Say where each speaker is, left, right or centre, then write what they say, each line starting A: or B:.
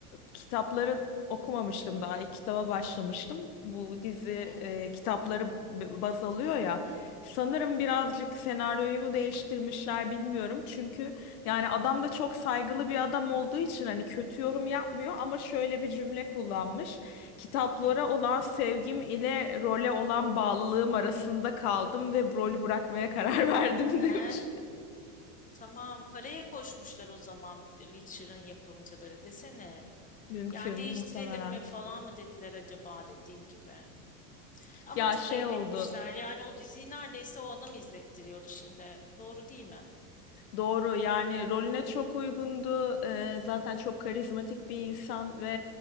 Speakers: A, on the left; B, on the left.
A: kitapları okumamıştım daha ilk kitaba başlamıştım. Bu dizi
B: Hı
A: e, kitapları b- baz alıyor ya. Sanırım birazcık senaryoyu mu değiştirmişler bilmiyorum. Çünkü yani adam da çok saygılı bir adam olduğu için hani kötü yorum yapmıyor ama şöyle bir cümle kullanmış. Kitaplara
B: hı.
A: olan sevgim ile role olan bağlılığım arasında kaldım ve rolü bırakmaya karar <laughs> verdim demiş.
B: He, tamam. Paraya koşmuşlar o zaman Witcher'ın yapımcıları desene.
A: Mümkün
B: Yani değiştirelim
A: muhtemelen.
B: mi falan mı dediler acaba dediğin gibi. Ama
A: Ya
B: çok
A: şey
B: ayıp
A: oldu.
B: etmişler. Yani o diziyi neredeyse o adam izlettiriyordu şimdi. Doğru değil mi?
A: Doğru yani rolüne çok uygundu. Ee, zaten çok karizmatik bir insan ve